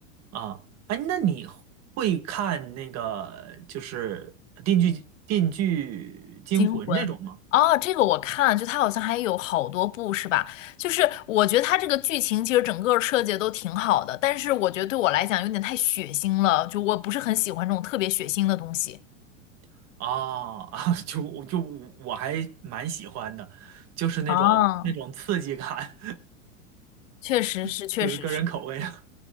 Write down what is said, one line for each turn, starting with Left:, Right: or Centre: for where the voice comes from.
Right: 啊，哎，那你会看那个就是《电锯电锯惊魂》这种吗？
Left: 惊魂哦，这个我看就它好像还有好多部是吧？就是我觉得它这个剧情其实整个设计得都挺好的，但是我觉得对我来讲有点太血腥了，就我不是很喜欢这种特别血腥的东西。
Right: <laughs> 啊啊，<laughs> 就我就我还蛮喜欢的，就是那种那种刺激感，
Left: 啊，确实是，
Right: <laughs>
Left: 确实是，
Right: 就是个人口味啊。